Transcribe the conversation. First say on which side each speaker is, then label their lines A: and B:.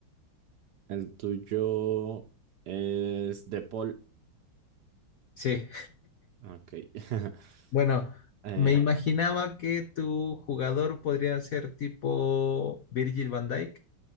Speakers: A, on the right (about 70°); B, on the left (about 80°).
A: El tuyo es de Paul.
B: Sí.
A: Ok. <laughs>
B: Bueno,
A: Eh,
B: me imaginaba que tu jugador podría ser tipo Virgil van Dijk.